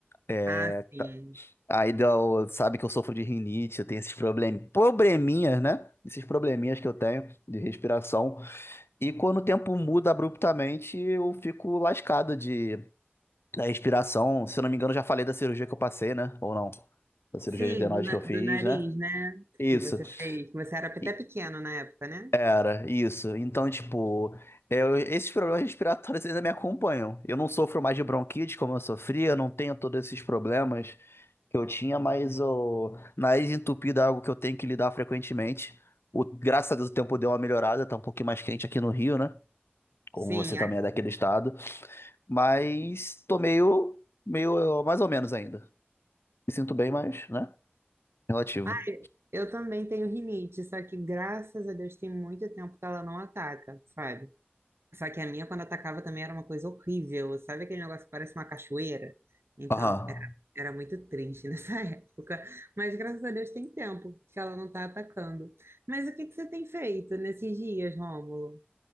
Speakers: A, on the left; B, on the right.
A: É,
B: Ah, sim.
A: tá- aí deu- sabe que eu sofro de rinite, eu tenho esses problem... probleminhas, né? Esses probleminhas que eu tenho de respiração. E quando o tempo muda abruptamente, eu fico lascado de da respiração. Se eu não me engano, já falei da cirurgia que eu passei, né? Ou não? Da cirurgia
B: Sim,
A: de adenoide
B: do, na-
A: que eu fiz,
B: do nariz,
A: né?
B: né?
A: Isso.
B: Que você fez. que Você era até
A: E,
B: pequeno na época, né?
A: cara, isso. Então, tipo, é, eu- esses problemas respiratórios ainda me acompanham. Eu não sofro mais de bronquite como eu sofria, eu não tenho todos esses problemas que eu tinha, mas o nariz entupido é algo que eu tenho que lidar frequentemente. O, graças a Deus o tempo deu uma melhorada, tá um pouquinho mais quente aqui no Rio, né? Como
B: Sim.
A: você também
B: a-
A: é daquele estado. Mas tô meio, meio mais ou menos ainda. Me sinto bem, mas, né? Relativo.
B: Ah, eu também tenho rinite, só que graças a Deus tem muito tempo que ela não ataca, sabe? Só que a minha, quando atacava, também era uma coisa horrível. Sabe aquele negócio que parece uma cachoeira? Então,
A: Aham.
B: era, era muito triste nessa <laughs> época. Mas graças a Deus tem tempo que ela não tá atacando. Mas o que que você tem feito nesses dias, Rômulo?